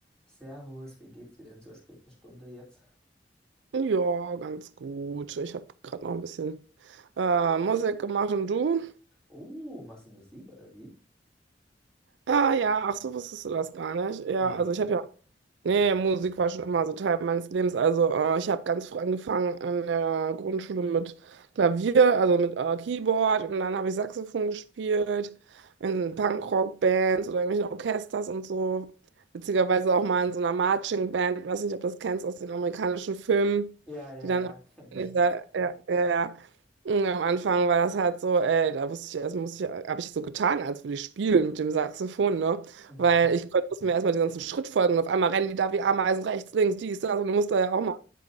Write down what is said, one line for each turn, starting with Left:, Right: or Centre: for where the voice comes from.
Centre: Servus, wie geht's dir denn zur späten Stunde jetzt?
Right: Ja, ganz gut. Ich habe gerade noch ein bisschen äh, Musik gemacht und du?
Centre: Oh, machst du Musik oder wie?
Right: Ah ja, ach so, wusstest du das gar nicht. Ja,
Centre: Nee.
Right: also ich habe ja Nee, Musik war schon immer so Teil meines Lebens. Also äh, ich habe ganz früh angefangen in der Grundschule mit Klavier, also mit äh, Keyboard und dann habe ich Saxophon gespielt in Punkrock-Bands oder irgendwelchen Orchesters und so. Witzigerweise auch mal in so einer Marching-Band, weiß nicht, ob du das kennst aus den amerikanischen Filmen,
Centre: Ja, ja,
Right: die dann
Centre: ja, kenn
Right: in
Centre: ich.
Right: dieser,
Centre: <laughs>
Right: ja, ja, ja. Und am Anfang war das halt so, ey, da wusste ich erst, muss ich, habe ich so getan, als würde ich spielen mit dem Saxophon, ne?
Centre: Mhm.
Right: Weil ich Gott, musste mir erstmal den ganzen Schritt folgen und auf einmal rennen die da wie Ameisen rechts, links, dies, das und du musst da ja auch mal.